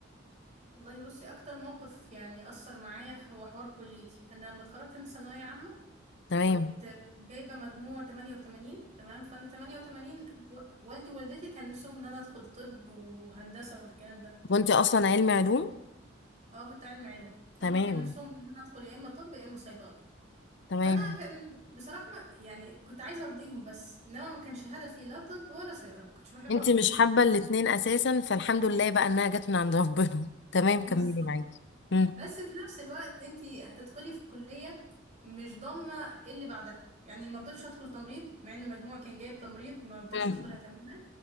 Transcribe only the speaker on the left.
تمام
وانت اصلا علمي علوم
تمام
تمام
انت مش
حابه الاتنين اساسا فالحمد لله بقى انها جت من عند ربنا <laughs> تمام كملي
معاكي مم.
مم.